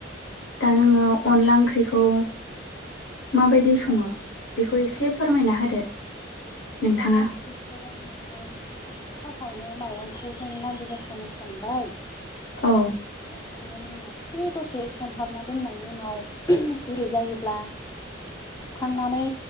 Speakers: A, on the left (about 65°); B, on the left (about 20°).
A: दा नोङो अनला ओंख्रिखौ माबायदि सङो? बेखौ एसे फोरमायना होदो।
B: अ'
A: नोंथाङा
B: अनला ओंख्रिखौ आङो फासावनो माइरंखौ जों नांगौ जखानि सोमबाय।
A: औ
B: सोमखांनायनि उनाव एसे दसे सोमहाबना दोननायनि उनाव गुरै जायोब्ला सुखांनानै